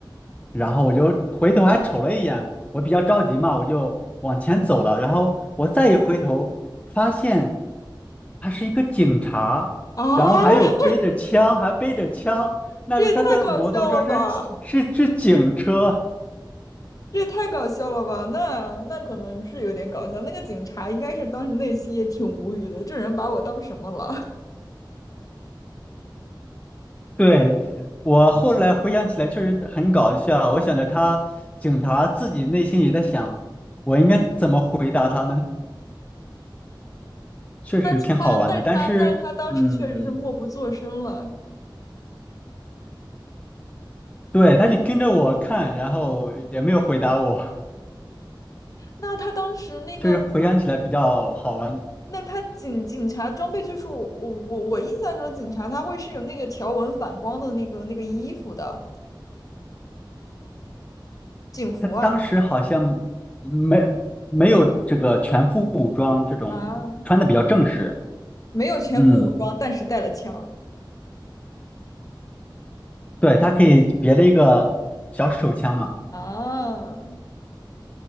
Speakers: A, on the left (about 15°); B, on the left (about 45°).
A: 然后我就回头还瞅了一眼，我比较着急嘛，我就往前走了。然后我再一回头，发现他是一个警察，
B: 啊，
A: 然后还有背着枪，还背着枪，那是他的摩托车是是是警车。
B: 这也太搞笑了吧！这也太搞笑了吧？那那可能是有点搞笑。那个警察应该是当时内心也挺无语的，这人把我当什么了？
A: 对，我后来回想起来确实很搞笑，我想着他警察自己内心也在想，我应该怎么回答他呢？
B: <laughs>
A: 确实挺好玩的，
B: 但是他，但是他，
A: 但是嗯。
B: 但是他当时确实是默不作声了。
A: 对，他就跟着我看，然后也没有回答我，
B: 那他当时那个，
A: 就是回想起来比较好玩。
B: 那他警警察装备就是我我我我印象中警察他会是有那个条纹反光的那个那个衣服的警服啊
A: 他当时好像没没有这个全副武装这种，
B: 啊，
A: 穿的比较正式。
B: 没有全副武装，
A: 嗯，
B: 但是带了枪
A: 对，他可以别了一个小手枪嘛。
B: 啊。